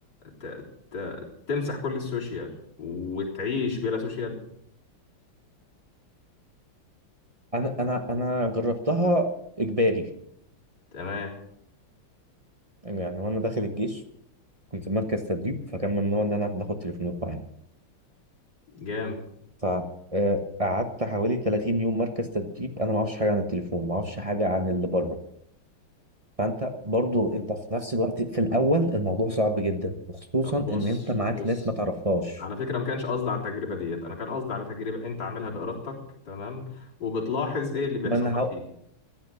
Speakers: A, on the left (about 50°); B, on the right (about 30°).
A: ت... ت... تمسح كل السوشيال وتعيش بلا سوشيال
B: أنا أنا أنا جربتها إجباري
A: تمام
B: يعني وأنا داخل الجيش كنت في مركز تدريب فكان ممنوع إن أنا بناخد تليفونات معانا
A: جامد
B: فقعدت حوالي 30 يوم مركز تدريب انا ما اعرفش حاجه عن التليفون ما اعرفش حاجه عن اللي بره فانت برضو انت في نفس الوقت في الاول الموضوع صعب جدا وخصوصا
A: طب بص
B: ان انت معاك
A: بص
B: ناس ما تعرفهاش
A: على فكرة ما كانش قصدي على التجربة ديت أنا كان قصدي على تجربة أنت عاملها بإرادتك تمام وبتلاحظ إيه اللي بيحصل
B: ما انا
A: لك
B: هق...
A: فيه